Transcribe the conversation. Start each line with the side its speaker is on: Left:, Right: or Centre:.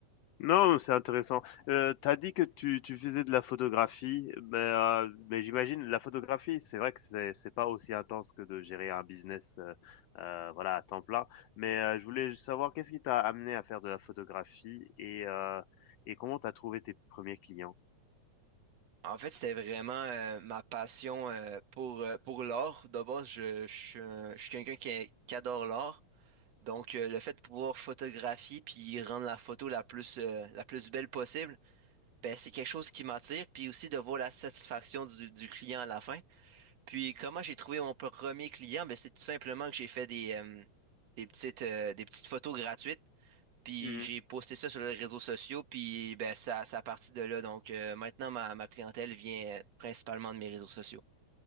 Left: Non, c'est intéressant. Heu, tu as dit que tu tu faisais de la photographie, mais heu, mais j'imagine la photographie, c'est vrai que c'est c'est pas aussi intense que de gérer un business, heu heu, voilà, à temps plein. Mais heu, je voulais savoir qu'est-ce qui t'a amené à faire de la photographie et heu et comment tu as trouvé tes premiers clients?
Right: En fait, c'était vraiment euh, ma passion euh, pour, euh, pour l'art. D'abord, je, je, suis un- je suis quelqu'un qui, qui adore l'art. Donc, euh, le fait de pouvoir photographier puis rendre la photo la plus, euh, la plus belle possible, ben, c'est quelque chose qui m'attire. Puis aussi de voir la satisfaction du, du client à la fin. Puis, comment j'ai trouvé mon premier client? Ben, c'est tout simplement que j'ai fait des, euh, des petites, euh, des petites photos gratuites. Puis
Left: Mmh
Right: j'ai posté ça sur les réseaux sociaux, puis ben, ça, ça a parti de là. Donc euh, maintenant, ma, ma clientèle vient principalement de mes réseaux sociaux.